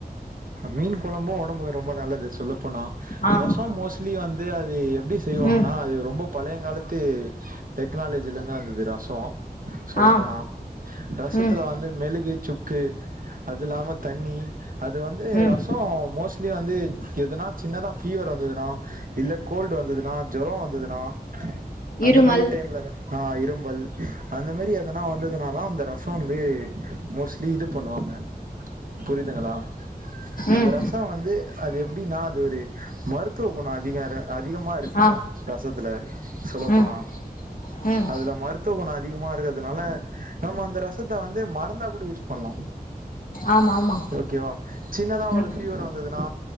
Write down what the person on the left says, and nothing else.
ஆ
ம்
ஆ
ம்
ம்
இருமல்
ம்
ஆ
ம் ம்
ஆமா ஆமா
ம்